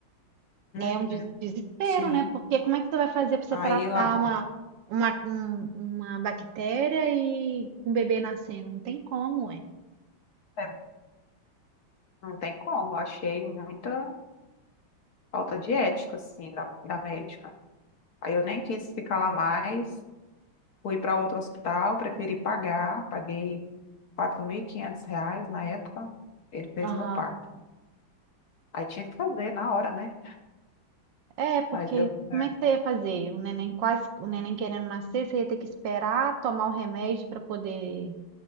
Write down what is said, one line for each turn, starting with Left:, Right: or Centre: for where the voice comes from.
Left: Hum,
Right: É um des- desespero,
Left: sim.
Right: né? Porque como é que você vai fazer pra você
Left: Aí
Right: tratar
Left: lá
Right: uma, uma, um- uma bactéria e com o bebê nascendo? Não tem como, é.
Left: é, não tem como, eu achei muita falta de ética, assim, da, da médica. Aí eu nem quis ficar lá mais, fui para outro hospital, preferi pagar, paguei 4.500 reais na época, ele fez
Right: É.
Left: meu parto. Aí tinha que fazer na hora, né?
Right: É, porque
Left: Mas deu certo.
Right: como é que você ia fazer? O neném quase, o neném querendo nascer, você ia ter que esperar tomar o remédio para poder